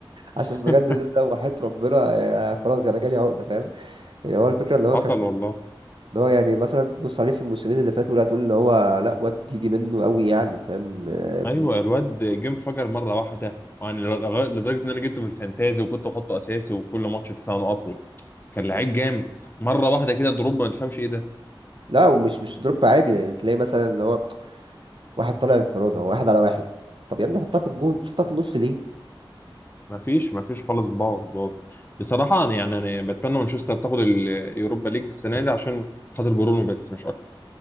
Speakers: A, on the right; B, on the left.
A: عشان
B: <laughs>
A: بجد ده, ده وحياة ربنا يعني خلاص انا جالي عقده فاهم يعني هو الفكره ان هو
B: حصل
A: كان في
B: والله
A: اللي هو يعني مثلا تبص عليه في الموسمين اللي فاتوا لا تقول ان هو لا واد يجي منه قوي يعني فاهم آه، بي...
B: ايوه الواد جه انفجر مره واحده يعني لغا- لدرجه ان انا جبته في الفانتازي وكنت بحطه اساسي وكل ماتش تسع نقط و- كان لعيب جامد مره واحده كده دروب ما تفهمش ايه ده
A: لا ومش مش دروب عادي يعني تلاقي مثلا اللي هو واحد طالع انفرادة واحد على واحد طب يا ابني حطها في الجون شوطها في النص ليه
B: ما فيش ما فيش خالص باظ باظ بصراحه أنا- يعني انا بتمنى مانشستر تاخد اليوروبا ليج السنه دي عشان خاطر برونو بس مش اكتر